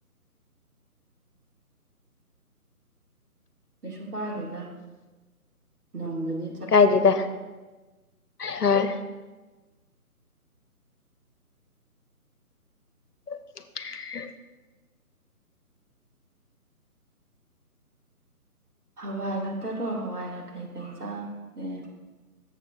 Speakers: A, on the right; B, on the left.
A: ꯀꯩꯁꯨ ꯀꯥꯏꯗꯦꯗ ꯅꯣꯡꯗꯗꯤ
B: ꯀꯥꯏꯗꯦꯗꯥ ꯍꯣꯏ <unintelligible>
A: ꯍꯋꯥꯏ ꯈꯛꯇꯔꯣ ꯍꯋꯥꯏꯔ ꯀꯩꯀꯩ ꯆꯥꯒꯦ